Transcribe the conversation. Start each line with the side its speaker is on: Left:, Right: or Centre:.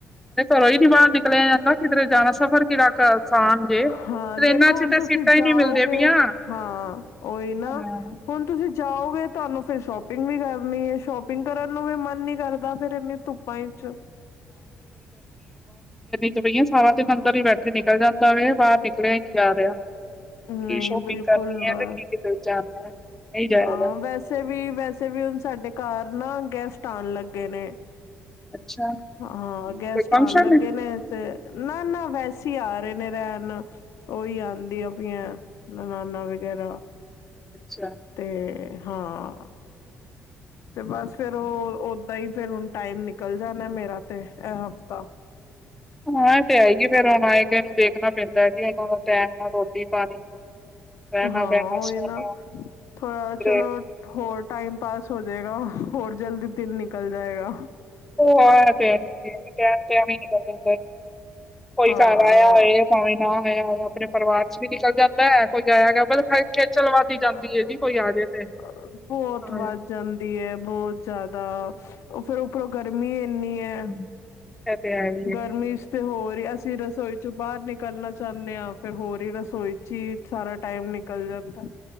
Centre: ਘਰੋਂ ਹੀ ਨੀ ਬਾਹਰ ਨਿਕਲਿਆ ਜਾਂਦਾ ਕਿਧਰੇ ਜਾਣਾ ਸਫ਼ਰ ਕਿਹੜਾ ਆਸਾਨ ਜੇ
Left: ਹਾਂ
Centre: ਟ੍ਰੇਨਾਂ
Left: ਦੇਖੋ ਹੁਣ
Centre: ਚ ਤਾਂ
Left: ਤੁਸੀਂ
Centre: ਸੀਟਾਂ ਹੀ
Left: ਜਾਓਗੇ
Centre: ਨਹੀਂ ਮਿਲਦੇ ਪਈਆਂ
Left: ਹਾਂ ਉਹੀ
Centre: ਹਾਂ
Left: ਨਾ ਹੁਣ ਤੁਸੀਂ ਜਾਓਗੇ ਤੁਹਾਨੂੰ ਫਿਰ ਸ਼ੋਪਿੰਗ ਵੀ ਕਰਨੀ ਹੈ ਸ਼ੋਪਿੰਗ ਕਰਨ ਨੂੰ ਵੀ ਮਨ ਨੀ ਕਰਦਾ ਫੇਰ ਇਨੀ ਧੁੱਪਾਂ ਵਿਚ
Centre: ਬਈਆ ਸਵਾ ਦੇ ਅੰਦਰ ਹੀ ਬੈਠੇ ਨਿਕਲ ਜਾਂਦਾ ਬਾਹਰ ਨਿਕਲਿਆ ਹੀ ਨ ਜਾ ਰਿਹਾ
Left: ਨਹੀਂ
Centre: ਕੀ ਸ਼ੋਪਿੰਗ
Left: ਬਿਲਕੁਲ
Centre: ਕਰਨੀ ਹੈ
Left: ਵਾ
Centre: ਤੇ ਕੀ ਕਿਤੇ ਜਾਣਾ ਹੈ ਨਹੀਂ ਜਾਇਆ
Left: ਹਾਂ
Centre: ਜਾਂਦਾ
Left: ਵੈਸੇ ਵੀ ਵੈਸੇ ਵੀ ਹੁਣ ਸਾਡੇ ਘਰ ਨਾ ਗੈਸਟ ਆਉਣ ਲੱਗੇ ਨੇ
Centre: ਅੱਛਾ
Left: ਹਾਂ ਅੱਗੇ
Centre: ਕੋਈ
Left: ਸਟਾਲ
Centre: ਫੰਕਸ਼ਨ
Left: ਲੱਗੇ
Centre: ਹੈ
Left: ਨੇ ਨਾ ਨਾ ਵੈਸੇ ਅਸੀਂ ਆ ਰਹੇ ਨੇ ਰਹਿਣ ਉਹੀ ਆਉਂਦੀਆਂ ਆਪੀਆਂ ਨਨਾਨਾ ਵਗੈਰਾ
Centre: ਅੱਛਾ
Left: ਤੇ ਹਾਂ ਤੇ ਬਸ ਫੇਿਰ ਓਦਾਂ ਹੀ ਫਰ ਹੁ ਟਾਈਮ ਨਿਕਲ ਜਾਣਾ ਮੇਰਾ ਤੇ ਇਹ ਹਫ਼ਤਾ
Centre: ਹਾਂ ਇਹ ਤੇ ਹੈ ਹੀ ਹੈ, ਫਿਰ ਹੁਣ ਆਏ ਨੂੰ ਦੇਖਣਾ ਪੈਂਦਾ ਜੀ ਇਹਨਾਂ ਟੈਮ ਨਾਲ ਰੋਟੀ ਪਾਣੀ ਰਹਿਣਾ
Left: ਹਾਂ
Centre: ਬਹਿਣਾ
Left: ਉਹਹੀ
Centre: ਸੋਣਾ
Left: ਨਾ ਥੋੜਾ
Centre: ਕਿਧਰੇ
Left: ਚਲੋ ਹੋਰ ਟਾਈਮ ਪਾਸ ਹੋਜਏਗਾ ਹੋਰ ਜਲਦੀ ਦਿਨ ਨਿਕਲ ਜਾਏਗਾ
Centre: ਉਹ ਆ ਤੇ ਤ ਵੀ ਨਿਕਲ ਕੋਈ
Left: ਹਾਂ
Centre: ਘਰ ਆਇਆ ਹੋਏ ਭਾਵੇਂ ਨਾ ਆਇਆ ਹੋਆ ਆਪਣੇ ਪਰਿਵਾਰ ਚ ਵੀ ਨਿਕਲ ਜਾਂਦਾ ਹੈ ਕੋਈ ਗਯਾ ਆਇਆ ਗਿਆ ਬਲ ਖੇਚਲ ਵਾੱਦੀ ਜਾਂਦੀ ਹੈ ਜੀ ਕੋਈ ਆ ਜੇ ਤੇ
Left: ਬਹੁਤ
Centre: ਹਾਂ
Left: ਵੱਧ ਜਾਂਦੀ ਹੈ ਬਹੁਤ ਜ਼ਿਆਦਾ ਉਹ ਫੇਿਰ ਉਪਰੋਂ ਗਰਮੀ ਇੰਨੀ ਹੈ
Centre: ਹਮ, ਇਹ ਤੇ ਹੈ ਹੀ ਹੈ
Left: ਗਰਮੀ ਚ ਤੇ ਹੋਰ ਹੀ ਅਸੀਂ ਰਸੋਈ ਚੋਂ ਬਾਹਰ ਨਿਕਲਣਾ ਚਾਹੁੰਦੇ ਆਾਂ ਫਿਰ ਹੋਰ ਹੀ ਰਸੋਈ ਚ ਹੀ ਸਾਰਾ ਟਾਈਮ ਨਿਕਲ ਜਾਂਦਾ